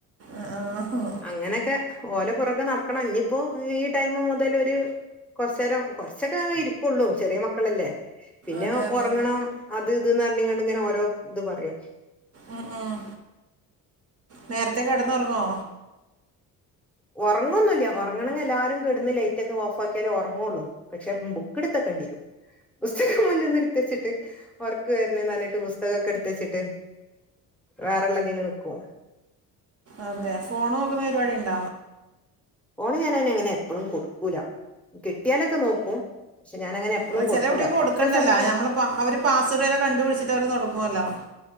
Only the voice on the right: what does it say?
ആഹ് ആഹ്
അതെ അതെ
ഉം ഉം നേരത്തെ കടന്ന് റങ്ങോ?
അതെ ഫോൺ നോക്കുന്ന പരിപാടി ഇണ്ട.
അല്ല
ചെല കുട്യാക്ക്
കൊടുക്കണ്ടല്ലോ
ന്നമ്മ അവര് പാസ്വേടൊക്കെ കണ്ട്പിടിച്ചിട്ട് അവര് തൊടങ്ങൊലോ?